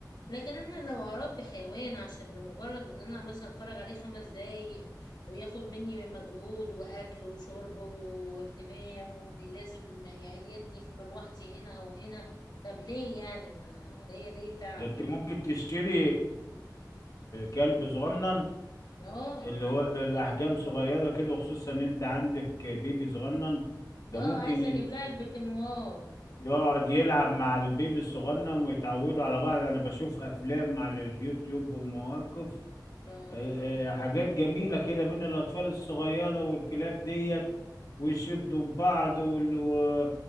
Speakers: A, on the left (about 70°); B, on the left (about 55°).
A: لكن انا لو هربي حيوان عشان لمجرد ان انا مثلا اتفرج عليه خمس دقايق وياخد مني مجهود واكل وشرب واهتمام وان لازم يقيدني في مروحتي هنا او هنا طب ليه يعني ما عليا ليه تعب
B: ده انت ممكن تشتري كلب صغنن
A: اه
B: اللي هو ال- الاحجام صغيرة كده وخصوصا ان انت عندك بيبي صغنن ده
A: اه
B: ممكن
A: عايزه اجيب لها البكنوار
B: يقعد يلعب مع البيبي الصغنن ويتعودوا على بعض انا بشوف افلام على اليوتيوب ومواقف
A: اه
B: آه، آه، حاجات جميلة كده من الاطفال الصغيرة والكلاب ديت ويشدوا ببعض وال... و-